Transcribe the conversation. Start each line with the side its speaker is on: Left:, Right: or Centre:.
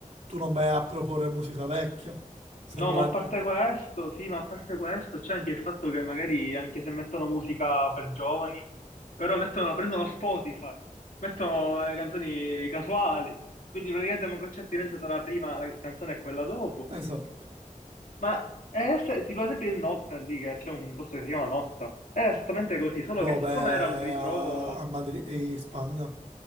Right: tu non vai a proporre musica vecchia, se
Left: No,
Right: non
Left: ma
Right: la...
Left: a parte questo, sì, ma a parte questo, c'è anche il fatto che magari anche se mettono musica per giovani, però mettono, prendono Spotify, mettono le canzoni casuali, quindi praticamente manco c'è attinenza tra la prima la canzone e quella dopo.
Right: Esatto.
Left: Ma è ess- tipo ad esempio il Nocta lì, che c'è un posto che si chiama Nocta, era esattamente così, solo
Right: Dove?
Left: che siccome era un ritrovo,
Right: A, a Madrid, in Spagna.